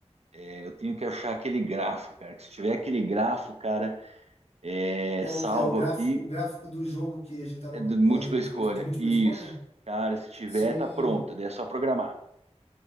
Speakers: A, on the right; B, on the left.
A: é, Eu tenho que achar aquele grafo, cara. Que se tiver aquele grafo, cara, é,
B: qual
A: salvo
B: que é o gráfico,
A: aqui,
B: o gráfico do jogo que a gente tava
A: é de múltipla
B: bolando de múltipla,
A: escolha.
B: de múltipla
A: Isso.
B: escolha?
A: Cara, se tiver,
B: Sim,
A: tá pronto. Daí é só programar.